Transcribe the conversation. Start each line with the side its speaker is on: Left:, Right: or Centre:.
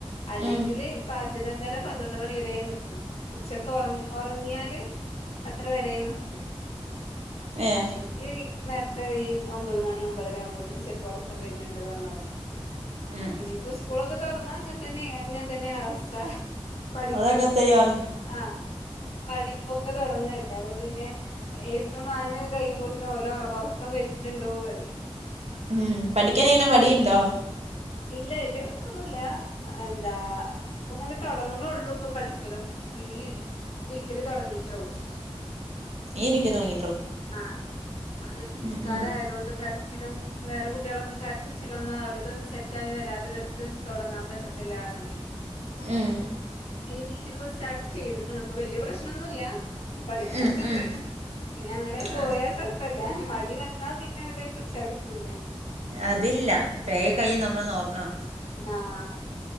Left: അല്ലെങ്കില്
Right: ഉം
Left: പതിനൊന്നര പന്ത്രണ്ട് മണി വരെ നിക്കും ഉച്ച ക്കൊറ ഒറങ്ങിയാല് അത്ര വരെ നിക്കും
Right: ഏഹ്
Left: അല്ലെങ്കി നേരത്തെ ഈ ഒമ്പത് മണി ഒമ്പതര ആവുമ്പോത്തനും ചെലപ്പോ ഒറക്കം വരുന്നുണ്ട് പറഞ്ഞ് ഒറങ്ങു.
Right: ഉം
Left: ഇനിയിപ്പോ സ്കൂളൊക്കെ തൊറന്നാ അങ്ങനെ തന്നെ ഇങ്ങൻ തന്നെയാണ് അവസ്ഥ. പഠിക്കലും
Right: അതങ്ങൻ തന്നെയാണ്.
Left: ആ പഠിപ്പൊക്കെ തൊടങ്ങ ല്ലേപ്പ പിന്നെ എഴുത്തും വായനൊക്കെ കഴിയുമ്പോത്തനും ഓലോ ഒറക്കം വരുന്നുണ്ടോറയും.
Right: ഉം പഠിക്കാനങ്ങനെ മടിണ്ടോ?
Left: ഇല്ല ഇല്ല വലിയകൊയപ്പൊന്നുല്ല എന്താ ഇപ്പ ഇങ്ങനെ തുടങ്ങ. ഉള്ളൂ ഇപ്പൊ പഠിക്കലും ഈ വീക്കില് തുടങ്ങീട്ടേള്ളു.
Right: ഈ വീക്ക്‌ തൊടങ്ങിയോ?
Left: ആ എൽ കെ
Right: ഉം
Left: ജി കാരായതുകൊണ്ട്
Right: ഉം
Left: കരച്ചിലും വേറെ കുട്ടികളൊക്കെ കരച്ചിലൊന്നും അവരതൊന്നും സെറ്റ ആയി വരാതെവർക്ക് തുടങ്ങാൻ പറ്റത്തില്ല അറിണെ. അപ്പൊ
Right: ഉം
Left: ഈ വീക്കിൽ ഇപ്പ സ്റ്റാർട്ട് ചെയ്ത്ക്ക്‌ണ് ഇപ്പൊ വല്യ പ്രശ്നമൊന്നുല്ല പഠിക്കണൊക്കെ
Right: ഉം
Left: ഇണ്ട്.
Right: ഉം
Left: ഇനി അങ്ങനെ പോയാ
Right: അത്
Left: കൊഴപ്പല്ല മടി വന്നാ പിന്നെ ഓലെ പിടിച്ചാൽ കിട്ടൂല.
Right: അതില്ല പേ കൈ നമ്മള് നോക്കണം
Left: ആഹ്